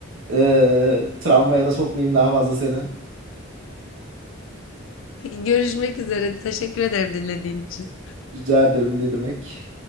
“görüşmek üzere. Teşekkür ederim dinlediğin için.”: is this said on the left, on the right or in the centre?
Left